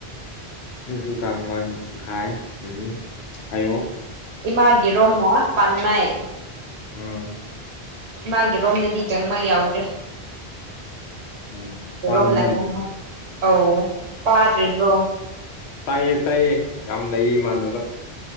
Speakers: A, on the left; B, on the right.
A: ꯏꯐꯨꯒꯥꯡꯃꯥꯏ ꯏꯐꯨꯈꯥꯏ ꯎꯝ ꯍꯥꯏꯌꯨꯣ
B: ꯏꯃꯥꯒꯤꯔꯣꯝꯅ ꯄꯥꯟꯅꯩ
A: ꯎꯝ
B: ꯏꯃꯒꯤ ꯔꯣꯝꯗꯗꯤ ꯆꯪꯕ ꯌꯥꯎꯗ꯭ꯔꯦ
A: ꯎꯝ ꯄꯥꯟꯃꯩ
B: ꯔꯣꯝꯅ ꯑꯧ ꯄꯥꯗ꯭ꯔꯤꯕ꯭ꯔꯣ
A: ꯇꯥꯏꯌꯦ ꯇꯥꯏꯌꯦ ꯌꯥꯝ ꯂꯩꯌꯦ ꯏꯃꯥꯟꯅꯕ